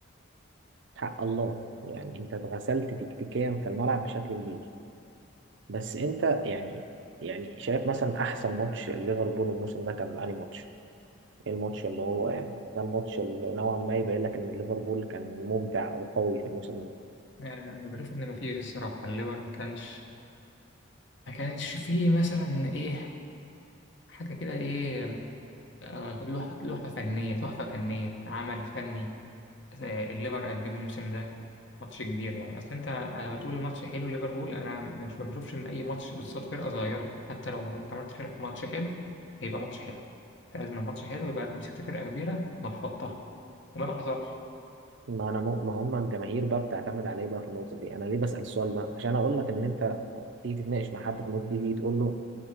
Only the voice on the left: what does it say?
آه، انا بشوف ان مفيش الصراحه الليفر ما كانش ما كانش فيه مثلا ايه حاجه كده ايه آه، لوحه لوحه فنيه تحفه فنيه عمل فني آه، الليفر قدمه الموسم ده ماتش كبير يعني اصل انت هتقول الماتش حلو ليفربول انا مش ما بشوفش ان اي ماتش قصاد فرقه صغيره حتى لو انت عملت فرق ماتش حلو هيبقى ماتش حلو انت لازم الماتش حلو يبقى انت مسكت فرقه كبيره نفضتها وده ما حصلش